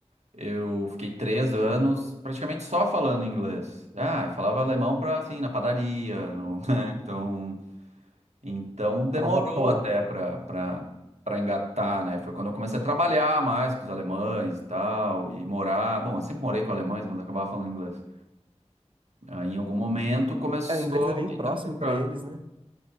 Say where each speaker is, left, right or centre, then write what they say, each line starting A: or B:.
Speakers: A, on the right; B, on the right.
A: eu fiquei três anos praticamente só falando inglês. Ah, eu falava alemão pra, assim, na padaria, no, <laughs> né? Então. Então demorou
B: Falava pão.
A: até para para para engatar, né? Foi quando eu comecei a trabalhar mais com os alemães e tal, e morar. Bom, eu sempre morei com alemães, mas acabava falando inglês. Aí em algum momento começou
B: É, o inglês é bem
A: meio
B: próximo
A: que a trocar.
B: pra eles, né?